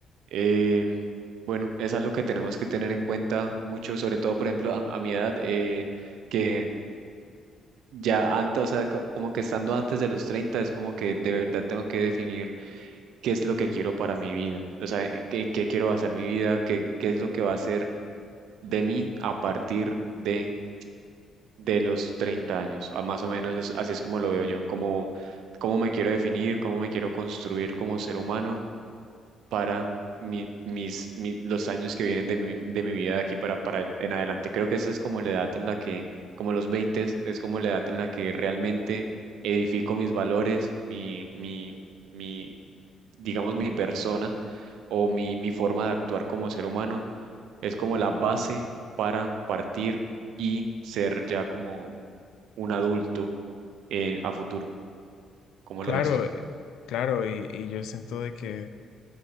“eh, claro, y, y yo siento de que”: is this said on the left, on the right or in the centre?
Left